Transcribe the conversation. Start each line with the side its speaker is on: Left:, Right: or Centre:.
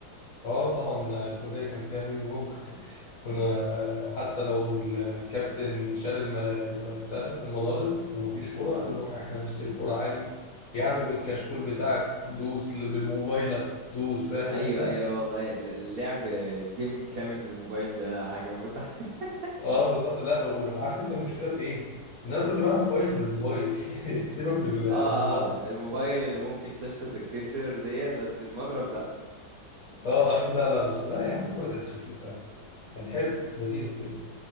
Left: اه طبعا الكليه كان فيها بينج بونج <laughs> كنا حتى لو الكابتن شال الم... الم- بتاع ده المضارب ومفيش كوره نروح احنا نشتري كوره عادي يا عم بالكشكول بتاعك دوس اللي بالموبايلك دوس فاهم
Right: ايوه
Left: انت
Right: ايوه والله اللعب جيم كامل بالموبايل ده حاجة متعة <laughs>
Left: اه بالظبط لا عارف انت المشكله في ايه ان انا كنت بلعب كويس بالموبايل <laughs> يعني سيبك من ال-
Right: اه
Left: من المضرب
Right: اه الموبايل اللي ممكن شاشته تتكسر ديت بس المضرب لا
Left: اه لا لا بس لا يا عم الكوره كانت خفيفه كانت حلو لذيذ كده